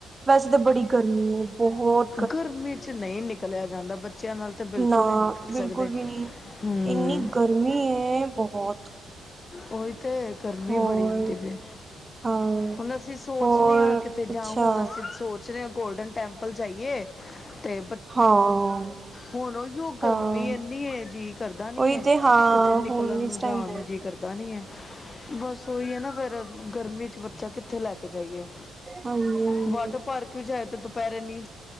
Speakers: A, on the right (about 25°); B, on the left (about 35°).
A: ਵੈਸੇ ਤਾਂ ਬੜੀ ਗਰਮੀ ਹੈ ਬਹੁਤ
B: ਗਰਮੀ ਚ ਨਹੀਂ ਨਿਕਲਿਆ ਜਾਂਦਾ ਬੱਚਿਆਂ ਨਾਲ ਤੇ ਬਿਲਕੁਲ
A: ਨਾ
B: ਹੀ ਨਿਕਲ
A: ਬਿਲਕੁਲ
B: ਸਕਦੇ
A: ਵੀ ਨਹੀਂ
B: ਹਮ
A: ਇੰਨੀ ਗਰਮੀ ਹੈ ਬਹੁਤ
B: ਉਹੀ ਤੇ ਗਰਮੀ
A: ਹੋਰ
B: ਬੜੀ ਹੁੰਦੀ ਪਈ
A: ਹਾਂ
B: ਹੁਣ ਅਸੀਂ ਸੋਚਦੇ
A: ਹੋਰ
B: ਹਾਂ ਕਿਤੇ
A: ਅੱਛਾ
B: ਜਾਂ ਹੁਣ ਅਸੀਂ ਸੋਚ ਜ ਗੋਲਡਨ ਟੈਂਪਲ ਜਾਈਏ ਅਤੇ
A: ਹਾਂ
B: ਹੁਣ ਹੀ ਉਹ ਗਰਮੀ
A: ਹਾਂ
B: ਇੰਨੀ ਜੀਅ ਕਰਦਾ ਨੀ
A: ਉਹੀ ਤੇ ਹਾਂ
B: ਕਿੱਥੇ ਨਿਕਲਣ
A: ਹੁਣ
B: ਨੂੰ
A: ਇਸ ਟਾਈਮ
B: ਜਾਣ
A: ਹਮ
B: ਨੂੰ ਜੀਅ ਕਰਦਾ ਨੀ ਹੈ ਬਸ ਉਓਹੀ ਹੈ ਨਾ ਫੇਿਰ ਗਰਮੀ ਚ ਬੱਚਾ ਕਿੱਥੇ ਲੈ ਕੇ ਜਾਈਏ
A: ਹਾਂਜੀ ਹਾਂਜੀ
B: ਵਾਟਰ ਪਾਰਕ ਵੀ ਜਾਏ ਤੇ ਦੁਪਹਿਰੇ ਨੀ